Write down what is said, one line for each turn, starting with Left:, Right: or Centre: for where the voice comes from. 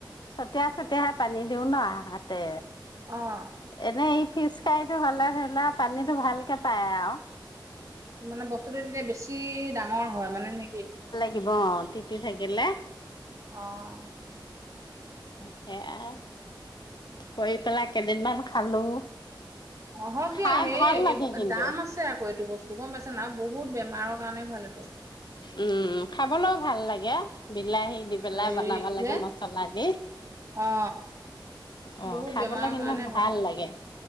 Left: চতিয়াই-চতিয়াহাই পানী দিও ন, হাতে।
Right: অ',
Left: এনেই। ফিচ কাৰীটো হ'লে ধৰিলোৱা পানীতো ভালকে পায় আৰু।
Right: মানে বস্তুতটো তেতিয়া বেছি কি ডাঙৰ হয় মানে নেকি?
Left: থাকিব অ', তিতি থাকিলে।
Right: অ',
Left: সেয়া। কৰি পেলাই কেইদিনমান খালোঁ।
Right: অ', হক
Left: খাই
Right: দিয়ক হেৰি
Left: ভাল লাগে কিন্তু
Right: দাম আছে আকৌ এইটো বস্তু গম পাইছে নাই? বহুত বেমাৰৰ কানে ভালে
Left: উম, খাবলৈও ভাল লাগে। বিলাহী দি পেলাই
Right: হেৰি
Left: বানাবা লাগে
Right: যে
Left: মচলা দি
Right: অ
Left: অ'
Right: বহুত
Left: খাবলৈ
Right: বেমাৰৰ
Left: কিন্তু
Right: কাৰণে
Left: ভাল লাগে।